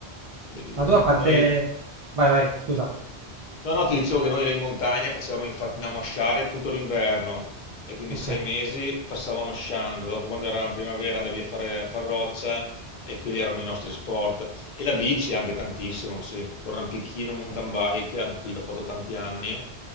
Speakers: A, on the left (about 55°); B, on the right (about 60°).
A: Devi-
B: Ma tu
A: Noi
B: a parte... Vai, vai, scusa.
A: No, no, ti dicevo che noi là in montagna facevamo infatti andavamo a sciare tutto l'inverno e quindi
B: Ok.
A: sei mesi passavamo sciando. Dopo, quando era primavera, andavi a fare a far roccia e quelli erano i nostri sport. E la bici anche tantissimo, sì, con rampichino, mountain bike, anche qui l'ho fatto tanti anni.